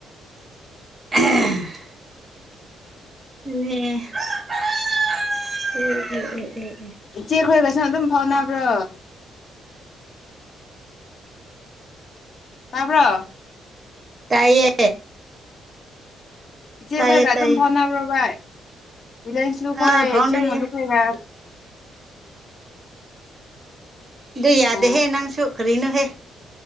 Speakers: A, on the right; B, on the left.
A: ꯑ <inaudible> ꯑꯦ
B: ꯏꯆꯦ ꯈꯣꯏꯒꯁꯨ ꯑꯗꯨꯝ ꯐꯥꯎꯅꯕ꯭ꯔꯣ ꯇꯥꯕ꯭ꯔꯣ
A: ꯇꯥꯢꯌꯦ
B: ꯏꯆꯦꯈꯣꯏꯒ
A: ꯇꯥꯏꯌꯦ
B: ꯑꯗꯨꯝ
A: ꯇꯥꯏꯌꯦ
B: ꯐꯥꯎꯅꯕ꯭ꯔꯣ ꯚꯥꯏ ꯔꯤꯂꯥꯏꯟꯁꯁꯨꯨꯈ
A: ꯑꯥ ꯐꯥꯎꯅꯩꯌꯦ
B: ꯏꯆꯦꯃꯣꯂꯨ ꯈꯣꯢꯒ
A: ꯑꯗꯨ ꯌꯥꯗꯦꯍꯦ
B: ꯑ
A: ꯅꯪꯁꯨ ꯀꯔꯤꯅꯣꯍꯦ